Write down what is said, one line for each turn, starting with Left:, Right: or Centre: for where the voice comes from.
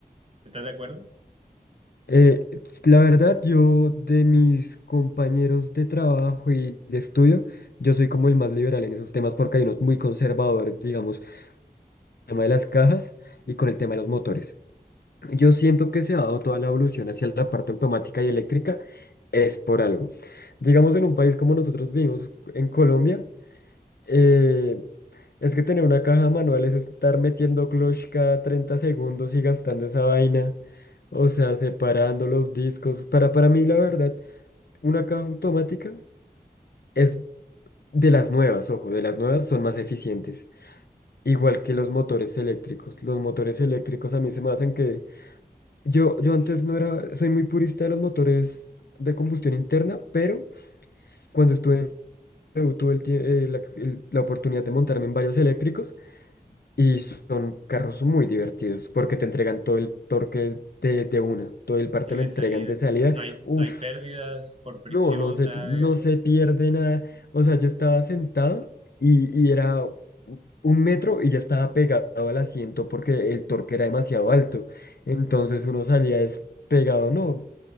Right: ¿estás de acuerdo?
Left: eh, la verdad, yo de mis compañeros de trabajo y de estudio, yo soy como el más liberal en esos temas porque hay unos muy conservadores, digamos, con el tema de las cajas y con el tema de los motores. Yo siento que se ha dado toda la evolución hacia la parte automática y eléctrica es por algo. Digamos, en un país como nosotros vivimos, en Colombia, Eh, es que tener una caja manual es estar metiendo clutch cada 30 segundos y gastando esa vaina. O sea, separando los discos. Para, para mí, la verdad, una caja automática es de las nuevas, ojo, de las nuevas son más eficientes. Igual que los motores eléctricos. Los motores eléctricos a mí se me hacen que... Yo, yo antes no era... Soy muy purista de los motores de combustión interna, pero cuando estuve en... PRO, Tuve el tie- eh, la el- la oportunidad de montarme en varios eléctricos Y son carros muy divertidos porque te entregan todo el torque de, de una, todo el par
Right: Sí,
Left: te
Right: de
Left: lo entregan
Right: salida.
Left: de salida.
Right: No hay,
Left: Uf,
Right: no hay pérdidas por fricción,
Left: no, no se,
Right: nada
Left: pi- no
Right: de eso.
Left: se pierde nada. O sea, yo estaba sentado y, y era u- un metro y ya estaba pegado al asiento porque el torque era demasiado alto. Entonces uno salía despegado, no.